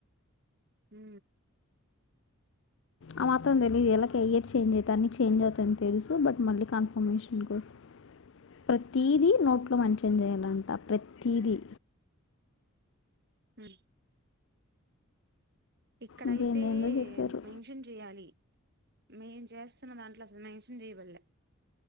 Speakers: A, on the right (about 50°); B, on the left (about 60°).
A: హ
B: ఆ మాత్రం తెలీయదు ఎలా కెరియర్ చేంజ్ అవుత అన్న చేంజ్ అవుతాని తెలుసు బట్ మళ్ళీ కన్ఫర్మేషన్ కోసం ప్రతీదీ నోట్లో మంచి చేేంజ్ చేయ్యాలంట ప్రతీదీ
A: హ ఇక్కడయితే
B: ఇంకేందేందో చెప్పారు
A: మెన్షన్ చేయాలి మేము చేస్తున్న దాంట్లో అసలు మెన్షన్ చేయబలే